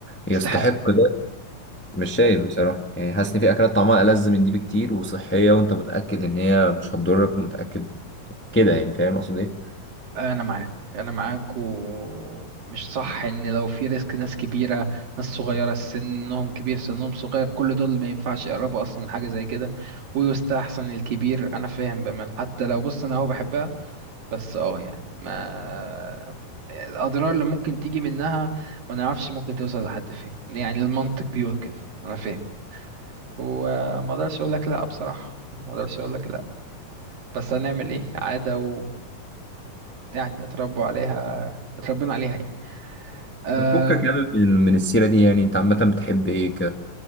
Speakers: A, on the left; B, on the right.
A: يستحق
B: استحق
A: ده مش شايف بصراحه يعني حاسس ان في اكلات طعمها ألذ من دي بكتير وصحيه وانت متاكد ان هي مش هتضرك ومتاكد كده يعني فاهم اقصد ايه
B: انا معاك انا معاك ومش صح ان لو في ريسك ناس كبيره ناس صغيره سنهم كبير سنهم صغير كل دول ما ينفعش يقربوا اصلا لحاجه زي كده ويستحسن الكبير انا فاهم بأمان حتى لو بص انا هو بحبها بس اه يعني ما الاضرار اللي ممكن تيجي منها ما نعرفش ممكن توصل لحد فين يعني المنطق بيقول كده انا فاهم وما اقدرش اقول لك لا بصراحه يعني ما اقدرش اقول لك لا بس هنعمل ايه عاده يعني اتربوا عليها اتربينا عليها يعني أم،
A: بتفكك يعني من من السيره دي يعني انت عامه بتحب ايه